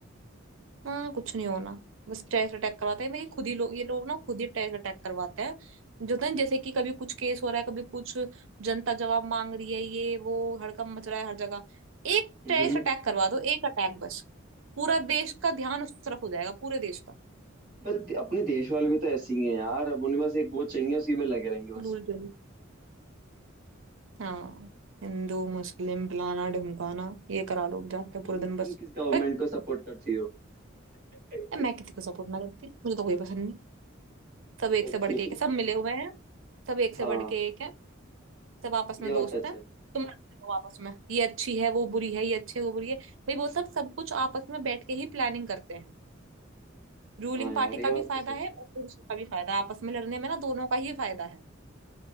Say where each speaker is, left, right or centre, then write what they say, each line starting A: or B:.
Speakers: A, on the right; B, on the right.
A: हाँ कुछ नहीं होना बस टेरर अटैक करवाते हैं भाई खुद ही लोग ये लोग ना खुद ही टेरर अटैक करवाते हैं जो होता है ना, जैसे कि कभी कुछ केस हो रहा है कभी कुछ जनता जवाब मांग रही है ये वो हड़कंप मच रहा है हर जगह एक
B: हम्म
A: टेरर अटैक करवा दो एक अटैक बस पूरा देश का ध्यान उस तरफ हो जाएगा पूरे देश का
B: बट अपने देश वाले भी तो ऐसे ही हैं यार अब उन्हें बस एक वोट चाहिए उसी में लगे रहेंगे बस
A: हुलूल जुलूल हाँ हिंदू मुस्लिम फलाना ढिमकाना ये करा लो जाके पूरे
B: तुम
A: दिन बस
B: तुम किस गवर्नमेंट
A: बट
B: को सपोर्ट करती हो <laughs>
A: मैं किसी को सपोर्ट ना करती मुझे तो कोई पसंद नहीं सब एक
B: ओके
A: से बढ़ के एक है सब मिले हुए हैं सब एक से
B: हाँ
A: बढ़ के एक है सब आपस में
B: ये बात
A: दोस्त
B: सच
A: हैं
B: है
A: तुम लड़ते हो आपस में ये अच्छी है वो बुरी है ये अच्छी है वो बुरी है भाई वो सब सब कुछ आपस में बैठ के ही प्लानिंग करते हैं रूलिंग
B: हाँ यार
A: पार्टी
B: ये
A: का
B: बात
A: भी फायदा
B: तो सच
A: है और
B: है
A: पुरुषों का भी फायदा है आपस में लड़ने में ना दोनों का ही फायदा है